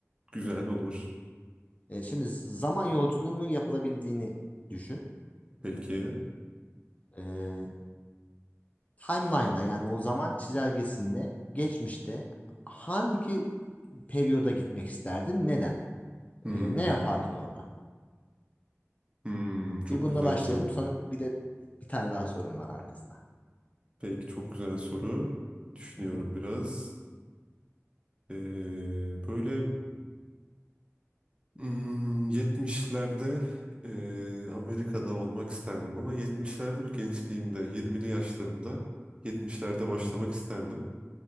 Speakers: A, on the right (about 20°); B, on the left (about 30°).
A: Güzel olur.
B: Ee, şimdi zaman yolculuğunun yapılabildiğini düşün.
A: Peki.
B: Ee, timeline'da yani o zaman çizelgesinde geçmişte hangi periyoda gitmek isterdin? Neden?
A: Hmm,
B: Ee, ne yapardın orada?
A: hmm, çok
B: Bir bununla
A: güzel
B: başlayalım.
A: soru.
B: Sonra bir de bir tane daha sorum var arkasına.
A: Peki çok güzel soru. Düşünüyorum
B: Hı hı,
A: biraz. Ee, böyle hmm, Yetmişlerde ee, Amerika'da olmak isterdim. Ama yetmişlerde bir gençliğimde, yirmili yaşlarımda yetmişlerde başlamak
B: hı hı.
A: isterdim.